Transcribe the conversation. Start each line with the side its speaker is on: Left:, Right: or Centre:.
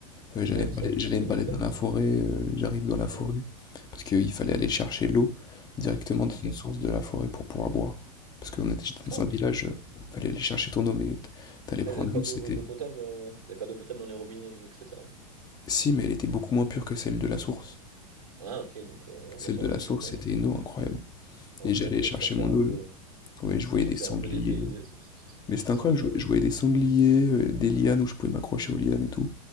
Left: Euh, j'allais
Right: Ouais, des
Left: me
Right: sortes
Left: balader,
Right: de canyoning,
Left: j'allais me balader
Right: là.
Left: dans la forêt. euh, j'arrive dans la forêt
Right: Hmm.
Left: parce qu'il fallait aller chercher l'eau directement
Right: Ok.
Left: dans une source de la forêt pour pouvoir boire. Parce qu'on était j'étais dans
Right: Oh,
Left: un village, euh, fallait aller chercher ton eau, mais t- t'allais
Right: ah,
Left: prendre
Right: ils avaient pas
Left: l'eau,
Right: d'eau
Left: c'était.
Right: d'eau potable, euh, ils avaient pas d'eau potable dans les robinets, etc.
Left: Si, mais elle était beaucoup moins pure que celle de la source.
Right: Ah, ok, donc, euh,
Left: Celle
Right: ouais, bah ça,
Left: de la
Right: c'est
Left: source,
Right: sympa.
Left: c'était une eau incroyable.
Right: Ouais,
Left: Et
Right: ça,
Left: j'allais
Right: tu
Left: chercher
Right: vas te sentir
Left: mon
Right: un
Left: eau.
Right: peu,
Left: Ouais, je
Right: tu
Left: voyais
Right: vas te sentir
Left: des sangliers.
Right: un peu dépaysé,
Left: euh.
Right: c'est c'est-
Left: Mais
Right: c'est
Left: c'était
Right: sympa,
Left: incroyable,
Right: j'avoue.
Left: je, je voyais des sangliers, euh, des lianes où je pouvais m'accrocher aux lianes et tout.